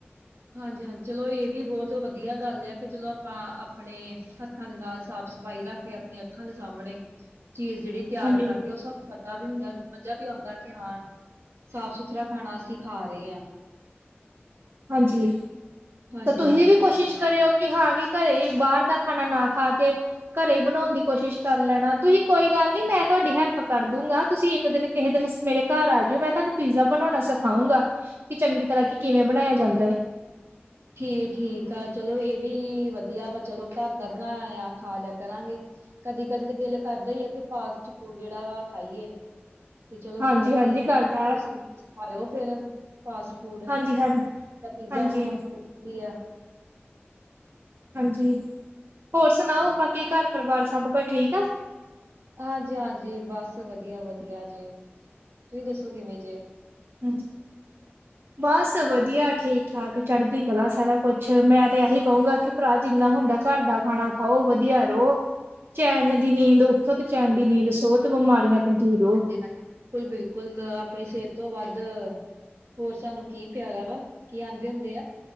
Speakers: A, on the right (about 80°); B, on the right (about 60°).
A: ਹਾਂਜੀ ਹਾਂਜੀ ਚਲੋ ਇਹ ਵੀ ਬਹੁਤ ਵਧੀਆ ਗੱਲ ਆ ਕਿ ਚਲੋ ਆਪਾਂ ਆਪਣੇ ਹੱਥਾਂ ਦੇ ਨਾਲ ਸਾਫ਼ ਸਫ਼ਾਈ ਰੱਖ ਕੇ ਆਪਣੀਆਂ ਅੱਖਾਂ ਦੇ ਸਾਹਮਣੇ। ਚੀਜ਼ ਜਿਹੜੀ ਤਿਆਰ
B: ਹਾਂਜੀ
A: ਕਰਦੀ ਉਹ ਸਾਨੂੰ ਪਤਾ ਵੀ ਹੁੰਦਾ ਮਜ਼ਾ ਵੀ ਆਉਂਦਾ ਕਿ ਹਾਂ। ਸਾਫ ਸੁਥਰਾ ਖਾਣਾ ਅਸੀਂ ਖਾ ਰਹੇ ਹਾਂ।
B: ਜੀ।
A: ਹਾਂਜੀ
B: ਤਾਂ ਤੁਸੀਂ
A: ਹਾਂਜੀ
B: ਵੀ ਕੋਸ਼ਿਸ਼ ਕਰਿਓ? ਕਿ ਹਾਂ ਕਿ ਘਰੇ ਹੀ ਬਾਹਰ ਦਾ ਖਾਣਾ ਨਾ ਖਾ ਕੇ ਘਰੇ ਹੀ ਬਣਾਉਣ ਦੀ ਕੋਸ਼ਿਸ਼ ਕਰ ਲੈਣਾ ਤੁਸੀਂ ਕੋਈ ਗੱਲ ਗੱਲ ਨਹੀਂ ਮੈਂ ਤੁਹਾਡੀ ਹੈਲਪ ਕਰ ਦੂੰਗਾ ਤੁਸੀਂ ਇੱਕ ਦਿਨ ਕਿਸੇ ਦਿਨ ਮੇਰੇ ਘਰ ਆ ਜਾਓ ਮੈਂ ਤੁਹਾਨੂੰ ਪੀਜ਼ਾ ਬਣਾਉਣਾ ਸਿਖਾਓ। ਸਿਖਾਉਗਾ ਕਿ ਚੰਗੀ ਤਰ੍ਹਾਂ ਕੀ ਕਿਵੇਂ ਬਣਾਇਆ ਜਾਂਦਾ ਹੈ।
A: ਠੀਕ ਠੀਕ ਆ ਚਲੋ ਇਹ ਵੀ ਵਧੀਆ ਵਾ ਚਲੋ ਘਰ ਦਾ ਬਣਾਇਆ ਖਾ ਲਿਆ ਕਰਾਂਗੇ। ਕਦੀ ਕਦੀ ਤਾਂ ਦਿਲ ਕਰਦਾ ਹੀ ਆ ਕਿ ਫਾਸਟ ਫੂਡ ਜਿਹੜਾ ਵਾ ਖਾਈਏ। ਤੇ ਚਲੋ
B: ਹਾਂਜੀ
A: ਕੋਈ
B: ਹਾਂਜੀ
A: ਨੀ
B: ਕਰਦਾ
A: ਤੁਸੀਂ ਆਇਓ ਫਿਰ। ਫਾਸਟ ਫੂਡ ਮੈਂ
B: ਹਾਂਜੀ ਹਾਂ
A: ਪੀਜ਼ਾ
B: ਹਾਂਜੀ
A: ਬਣਾਉਣਾ। ਗਾ।
B: ਹਾਂਜੀ, ਹੋਰ ਸੁਣਾਓ ਬਾਕੀ ਘਰ ਪਰਿਵਾਰ ਸਭ ਕੁਝ ਠੀਕ ਆ?
A: ਹਾਂਜੀ ਹਾਂਜੀ ਬਸ ਵਧੀਆ ਵਧੀਆ ਜੇ। ਤੁਸੀਂ ਦੱਸੋ ਕਿਵੇਂ ਜੇ?
B: <inaudible> ਬਸ ਵਧੀਆ ਠੀਕ ਠਾਕ ਚੜ੍ਹਦੀ ਕਲਾ ਸਾਰਾ ਕੁਛ ਮੈਂ ਤੇ ਇਹੀ ਕਹੂੰਗਾ ਕਿ ਭਰਾ ਜਿੰਨਾ ਜਿਨ੍ਹਾਂ ਹੁੰਦਾ ਘਰ ਦਾ ਖਾਣਾ ਖਾਓ ਵਧੀਆ ਰਹੋ। ਚੈਨ ਦੀ ਨੀਂਦ ਉੱਠੋ ਤੇ ਚੈਨ ਦੀ ਨੀਂਦ ਸੌ ਤੇ ਬਿਮਾਰੀਆਂ। ਤੋਂ ਦੂਰ ਰਹੋ।
A: ਹਾਂਜੀ ਹਾਂਜੀ ਬਿਲਕੁਲ ਬਿਲਕੁਲ ਆਪਣੀ ਸਿਹਤ। ਤੋਂ ਵੱਧ ਹੋਰ ਸਾਨੂੰ ਕੀ ਪਿਆਰਾ ਵਾ ਕੀ ਆਉਂਦੇ ਹੁੰਦੇ ਆ